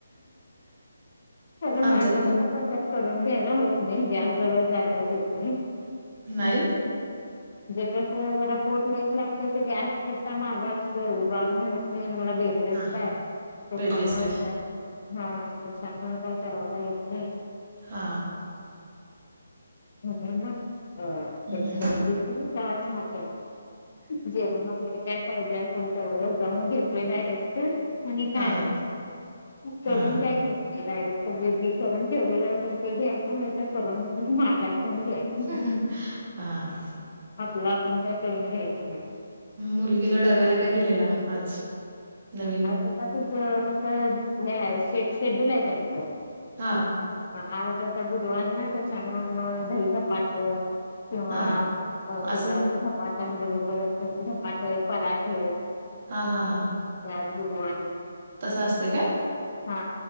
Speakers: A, on the left; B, on the right.
A: कार माझं
B: आमच्यात पण
A: मलाचत करून द्यायला होत नाही गॅस जवळ जायला देत नाही
B: नाही
A: जस जरा पोटयच लागत गॅस मगा असत उभारून नाही बेडरेस
B: हा
A: का आहे त्याच्यामुळेच
B: बेड रेस्ट
A: आहे हा तर छानता चरावला येत नाही
B: हा
A: म्हण अ
B: हम्म
A: क
B: हम्म
A: दे का छहा जेवण वगैरे काय पाहिजे असेल तेवढं जाऊन घेतोय डायरेक्ट आणि
B: हा
A: काय करून
B: हा
A: काय घ डरी करून ठेवले असेल ते घ्यायच मा करून मागायचं आणि घ्यायचं.
B: हा
A: आपला आपण काय करून घ्यायचं नाही
B: मुलगीला डब्याला काय दिलेला आज नवीन
A: आ तुचं कसं हे शेड्यूल आहे त्यांचं
B: हा
A: आजता बुधवार ना ते छान दही पाटो किंवा
B: हा
A: त्याच्या
B: असं
A: झपाट्यांबरोबरच झपाटे पराचेे
B: हा हा हा
A: गुधव
B: तसं असते काय?
A: हा